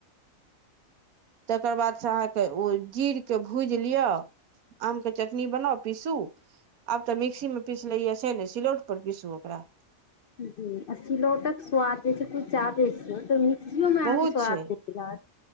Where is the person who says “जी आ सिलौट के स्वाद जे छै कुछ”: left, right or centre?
Left